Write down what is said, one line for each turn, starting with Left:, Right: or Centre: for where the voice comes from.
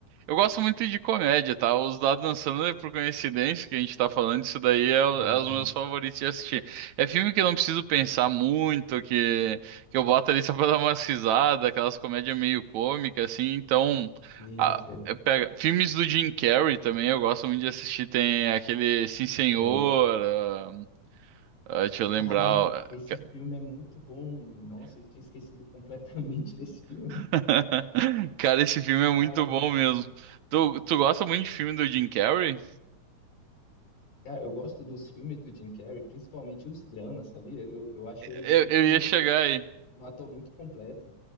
Right: eu gosto muito de comédia, tá? Os da Adam Sandler, por coincidência, que a gente tá falando, isso daí é, o-
Left: Sim,
Right: é os
Left: sim.
Right: meus favoritos de assistir. É filme que eu não preciso pensar muito, que, que eu boto ali só pra <laughs> dar umas risadas, aquelas comédias meio cômicas, assim. Então,
Left: Sim,
Right: a-
Left: sim.
Right: eu pego- filmes do Jim Carrey também, eu gosto muito de assistir. Tem aquele Sim Senhor,
Left: Bom.
Right: ah, ah, deixa eu lembrar.
Left: Caraca,
Right: ah,
Left: esse filme é muito bom. Nossa, eu tinha esquecido completamente <laughs> desse filme.
Right: <laughs> Cara, esse filme é muito
Left: Caramba.
Right: bom mesmo. Tu, tu gosta muito de filme do Jim Carrey?
Left: Cara, eu gosto dos filmes do Jim Carrey, principalmente os dramas, sabia? Eu, eu acho
Right: Eu,
Left: ele muito,
Right: eu ia chegar aí.
Left: um ator muito completo.